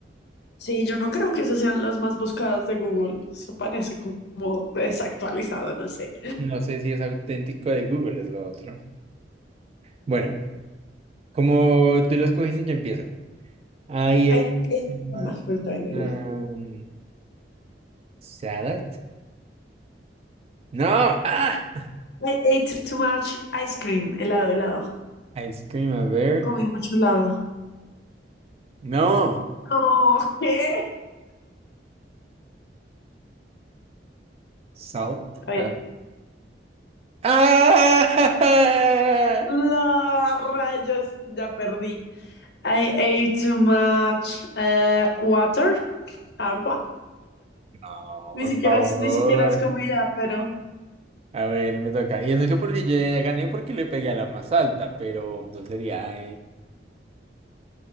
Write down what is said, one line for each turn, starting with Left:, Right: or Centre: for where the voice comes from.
Left: Sí, yo no creo que esas sean las más buscadas de Google. Eso parece como desactualizado, no sé.
Right: no sé si es auténtico de Google, es lo otro. Bueno, como tú lo escogiste, yo empiezo. I
Left: I ate,
Right: ate
Left: más, pues, está bien, dale.
Right: um, salad. No, ah,
Left: I ate too much ice cream, helado, helado.
Right: ice cream, a ver,
Left: Comí mucho helado.
Right: no,
Left: No, ¿qué?
Right: salt.
Left: A ver.
Right: a- ¡Ah! <laughs>
Left: La rayos, ya perdí. I ate too much eh, water, agua.
Right: No,
Left: Ni
Right: por
Left: siquiera
Right: favor.
Left: es, ni siquiera es comida, pero
Right: A ver, me toca. Y eso que porque yo ya gané porque le pegué a la más alta, pero no sería.